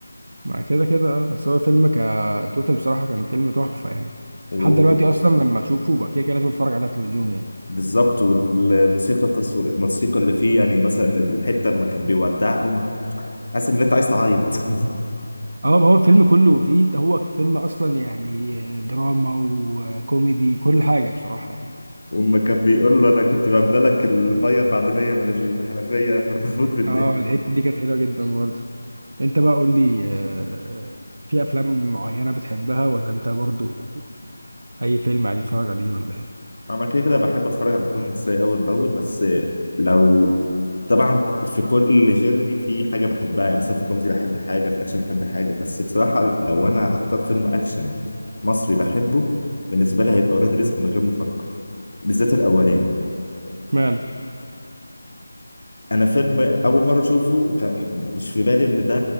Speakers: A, on the right; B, on the left.
A: مع كده كده اه بس هو فيلم كتوتال بصراحه كان فيلم تحفه يعني
B: الاخر
A: لحد دلوقتي اصلا لما اشوفه بقى كده كده لازم اتفرج عليه على التلفزيون يعني
B: بالظبط والموسيقى التصوير الموسيقى اللي فيه يعني مثلا الحته لما كان بيودعهم حاسس ان انت عايز تعيط <laughs>
A: اه ما هو الفيلم كله فيه هو فيلم اصلا يعني آه، دراما وكوميدي كل حاجه بصراحه يعني
B: وأما كان بيقول له انا كنت بملى لك الميه المعدنيه من الحنفيه <laughs> انا بموت من الضحك
A: اه الحته دي كانت حلوه جدا برضه انت بقى قول لي آه، في افلام معينه بتحبها ولا انت برضو اي فيلم عادي تتفرج عليه ولا ايه
B: انا كده كده بحب اتفرج على فيلم مصري اول باول بس لو طبعا في كل جيرني في حاجه بحبها يعني مثلا في كوميدي بحب حاجه في اكشن بحب حاجه بس بصراحه لو انا هختار فيلم اكشن مصري بحبه بالنسبه لي هيبقى ولاد رزق من غير ما افكر بالذات الاولاني
A: اشمعنى
B: انا فيلم اول مره اشوفه كان- مش في بالي ان ده